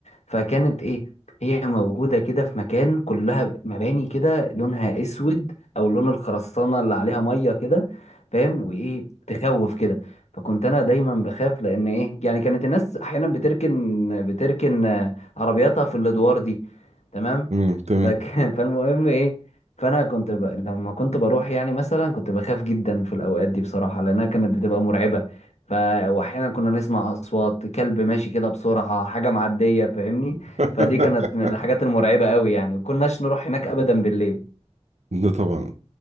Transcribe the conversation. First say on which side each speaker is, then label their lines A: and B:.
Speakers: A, on the left; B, on the right.
A: فكانت ايه هي موجودة كده في مكان كلها مباني كده لونها اسود او لون الخرسانة اللي عليها مية كده فاهم وايه تخوف كده فكنت انا دايما بخاف لان ايه يعني كانت الناس احيانا بتركن بتركن آه، عربياتها في الادوار دي تمام
B: تمام تمام
A: فك... <laughs> فالمهم ايه فانا كنت ب... لما كنت بروح يعني مثلا كنت بخاف جدا في الاوقات دي بصراحه لانها كانت بتبقى مرعبه ف واحيانا كنا نسمع اصوات كلب ماشي كده بسرعه حاجه معديه فاهمني
B: <laughs>
A: فدي كانت من الحاجات المرعبه قوي يعني وكناش نروح هناك ابدا بالليل
B: ده طبعا